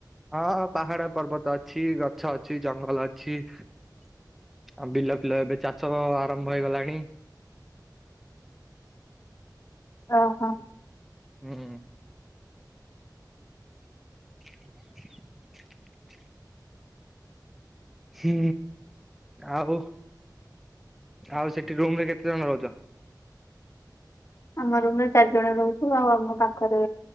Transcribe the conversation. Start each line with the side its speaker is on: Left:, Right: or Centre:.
Centre: ହଁ ପାହାଡ ପର୍ବତ ଅଛି। ଗଛ ଅଛି, ଜଙ୍ଗଲ ଅଛି। ଆଉ ବିଲ ଫିଲ ଏବେ ଚାଷ ଆରମ୍ଭ ହେଇଗଲାଣି।
Left: ଓହୋ।
Centre: ହୁଁ। <inaudible> ହୁଁ ଆଉ? ଆଉ ସେଠି ରୁମ ରେ କେତେ ଜଣ ରହୁଛ?
Left: ଆମ ରୁମ୍ ରେ ଚାରି ଜଣ ରହୁଛୁ। ଆଉ ଆମ ପାଖରେ